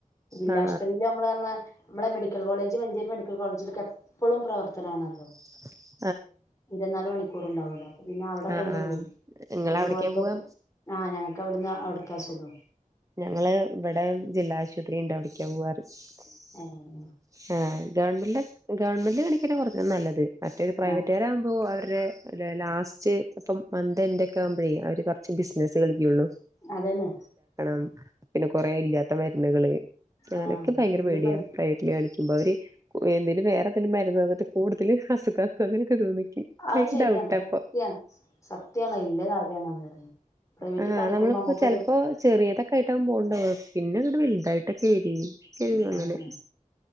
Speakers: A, on the left; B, on the right.
A: ജില്ലാ
B: ആ ആ
A: ആശുപത്രിയില് നമ്മള് പർ ണാ നമ്മളെ medical college Manjeri medical college ക്ക് എപ്പളും പ്രവർത്തനാണല്ലോ
B: <inaudible>
A: ഇരന്നാല് മണിക്കൂറും ഉണ്ടാവല്ലോ അപ്പൊ പിന്നെ അവിടെ
B: ആ
A: കൊണ്ടുപോയി
B: ആ നിങ്ങള്
A: കൊണ്ടു
B: അവിടേക്കാ
A: പോയപ്പോപ്പൊ
B: പോവാ
A: ആ ഞങ്ങക്ക് അവടന്ന് ഔടക്കാ സുഖം
B: ഞങ്ങള് ഇവിടെ ജില്ലാ ആശുപത്രിണ്ട് ഔട്കാ പോവാറ്
A: ആഹ്
B: <inaudible> ആഹ് ഗവർമെന്റില് ഗവർമെന്റില് കാണിക്കാണ് കുറച്ചും കൂടെ നല്ലത് മറ്റേത് പ്രൈവറ്റുകരാവുമ്പോ
A: ആഹ്
B: അവരുടെ ലാസ്റ്റ് ഇപ്പം മന്ത് എൻഡ് ഒക്കെ ആവുമ്പോഴേ അവര് കുറച്ച് ബിസിനസ്സ് കളിക്കൊള്ളു
A: അതന്നെ
B: പിന്നെ കൊറെേ ഇല്ലാത്ത മരുന്നുകള് അങ്ങനൊക്കെ
A: ആഹ്
B: ഭയങ്കര
A: ഇതിപ്പോ
B: പേടിയാ പ്രൈവറ്റ്ൽ കാണിക്കാ അപ്പേ അവര് എന്തെങ്കലും വേറെ എന്തേലിലും മരന്ന് തനിട്ട് കൂടുതൽ അസുഖം അങ്ങനൊക്കെ തോന്നിക്കി
A: അത്
B: ഭയ
A: ശരിയാണ്
B: ഡഔട്ട് ഇപ്പൊ
A: സത്യാണ് സത്യാണ് ഇല്ല കാര്യാണത് പറയ പ്രൈവറ്റ്
B: ആ ആ
A: കാണിക്കുമ്പോ
B: നമ്മളിപ്പോ
A: നമ്മുക്കൊരു
B: ചെലപ്പോ ചെറിയ ഏതൊക്കെ ആയിട്ടാ പോകണ്ടോ പിന്നെ ഇടെ വലുതായിട്ടൊക്കെ വരി അങ്ങനെ
A: അതന്നെ